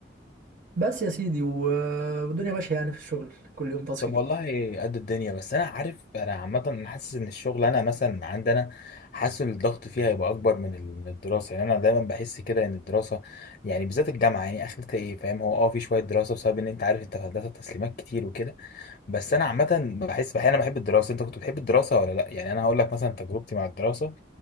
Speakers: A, on the right (about 50°); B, on the left (about 45°).
A: بس يا سيدي و- والدنيا ماشية يعني في الشغل كل يوم تاسك
B: طب
A: جديد
B: والله قد الدنيا بس انا عارف انا عامه انا حاسس ان الشغل انا مثلا عندنا حاسس إن الضغط فيها هيبقى اكبر من ال- من الدراسه يعني انا دايما بحس كده ان الدراسه يعني بالذات الجامعه يعني اخرتها ايه فاهم هو اه في شويه دراسه بسبب ان انت عارف انت في هندسه تسليمات كتير وكده بس انا عامه بحس احيانا بحب الدراسه انت كنت بتحب الدراسه ولا لا يعني انا هقول لك مثلا تجربتي مع الدراسه